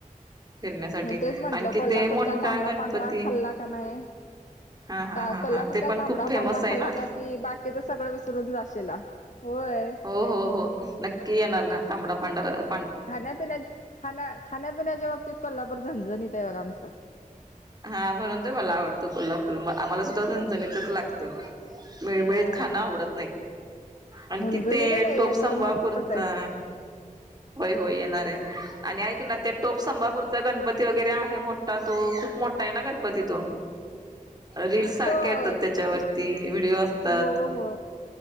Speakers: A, on the right; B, on the left.
A: फिरण्यासाठी
B: म तेच म्हंटल
A: आणखी
B: कोल्हापूरचा
A: ते मोठा
B: तांबडा,
A: गणपती
B: पांढरा खाल्ला का नाही?
A: हा हा
B: ह
A: हा
B: कोल्हापूरचा
A: हा ते पण
B: तांबडा,
A: खूप फेमस
B: पांढरा
A: आहे
B: खल्लासाकी
A: ना
B: बाकी कि तिथ सगळं विसरून जाशीला, होय.
A: हो हो हो नक्की येणार ना तांबडा, पांढर
B: खाण्यापिण्यात खा खाण्यापिण्याच्या बाबतीत कोल्हापूर झणझणीत आहे बघा आमचं.
A: हा म्हणून ते मला आवडत कोल्हापूर म आम्हाला सुद्धा झणझणीतच लागत. मिळमिळीत
B: हा
A: खाण आवडत नाही. आणि
B: झणझणीतच
A: किथे
B: आहे
A: टोप
B: एकदम
A: संभापूरचा
B: मस्तच आहे
A: होय, होय येणार आहे आणि ऐक ना ते टोप संभापूरचा गणपती वगैरे आहे मोठा तो खूप मोठा आहे ना गणपती तो? रिल्स सारख्या
B: तो
A: येतात त्याच्यावरती
B: एक
A: व्हिडिओ असतात.
B: हो हो